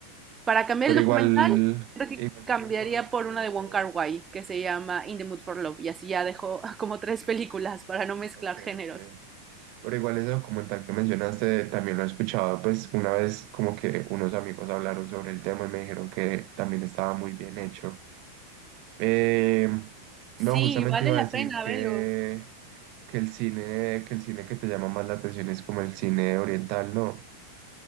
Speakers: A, on the right; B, on the right.
A: para cambiar
B: Pero
A: el documental,
B: igual,
A: creo que
B: igual
A: cambiaría
B: también por lo
A: por
B: que veo.
A: una de Wong Kar-wai que se llama In the Mood for Love y así ya dejo <laughs> como tres películas para no mezclar
B: Ok,
A: géneros.
B: ok. Pero igual ese documental que mencionaste también lo he escuchado, pues una vez como que unos amigos hablaron sobre el tema y me dijeron que también estaba muy bien hecho. Eh,
A: Sí,
B: no, justamente
A: vale
B: iba
A: la
B: a decir
A: pena,
B: que,
A: velo.
B: que el cine, que el cine que te llama más la atención es como el cine oriental, ¿no?